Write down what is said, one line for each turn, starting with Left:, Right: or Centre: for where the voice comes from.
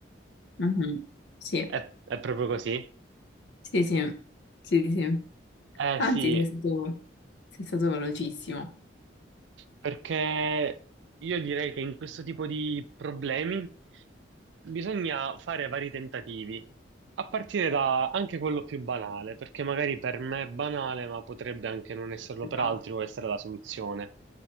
Left: Mhm. Sì,
Right: È, è proprio così?
Left: sì, sì, sì, sì.
Right: Eh
Left: Anzi,
Right: sì,
Left: sei stato, sei stato velocissimo.
Right: Perché io direi che in questo tipo di problemi bisogna fare vari tentativi, a partire da anche quello più banale, perché magari per me è banale, ma potrebbe anche non esserlo
Left: Esatto,
Right: per altri o essere la soluzione.